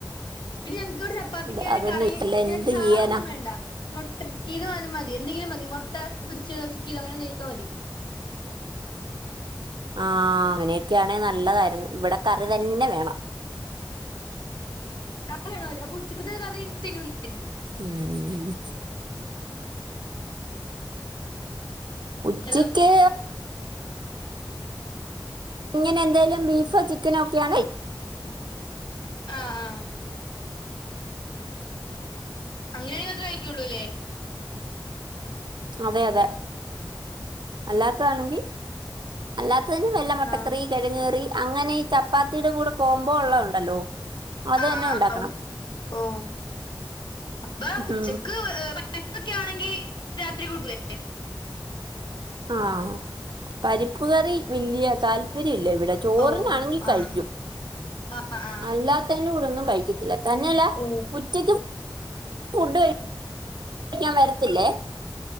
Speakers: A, on the left; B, on the right.
A: ക്വ്ടെ ചപ്പാത്തിക്കാണേ
B: ഇവിടെ അതൊന്നും
A: കറി
B: ഇല്ല എന്ത്
A: ഞെ ചാറൊന്നും
B: ചെയ്യാനാ
A: വേണ്ട മൊട് <unintelligible> ആയാലും മതി എന്തെങ്കിലും മതി മൊട്ട പൊരിച്ചതൊ ചിക്കീതൊ അങ്ങനെന്തേലൊക്കെ മതി.
B: ആ അങ്ങനെയൊക്കെയാണേ നല് ല്ലതായിരുന്നു. ഇവിടെ കറി തന്നെ വേണം.
A: ക വേണംനില്ലേ അപ്പൊ ഉച്ചക്കത്തെ കറി തിന്നൂല
B: മ് ഉച്ചയ്ക്ക്
A: ഹലോ
B: ഇങ്ങനെ എന്തേലും ബീഫോ ചിക്കനോ ഒക്കെ ആണേ
A: ആ ആ അങ്ങനെയാണെങ്കി മാത്രേ കഴിക്കൊള്ളൂലേ.
B: അതെ അതെ അല്ലാത്തതാണെങ്കി അല്ലാത് <unintelligible> മൊട്ടക്കറി
A: ആ
B: കെഴങ്ങ് കറി അങ്ങനെ ചപ് പാത്തിടെ കൂടെ കോംബോ ഒള്ളണ്ടല്ലോ അത്
A: ആ, ആ,
B: തന്നെ ഉണ്ടാക്കണം,
A: ഓ. ഓ അപ്പൊ
B: മ്
A: ഉച്ചക്ക് ഏ, പരിപ്പൊക്കെ ആണെങ്കിൽ രാത്രി കൂട്ടുലെ
B: ആ പരിപ്പ്കറി വല്യ താല്പ് ഇവര്ല്ലേവിടെ ചോറിനാണെങ്കി
A: ഓ
B: കഴിക്കും
A: ആ ആ ആ
B: അല്ലാത്തെന്റെ കൂടെന്നും കഴിക്ക <unintelligible> തന്നെയല്ല
A: ഓ
B: ഉറ്റക്ക് ഫുഡ് കഴി ഴിക്കാൻ വരത്തില്ലേ.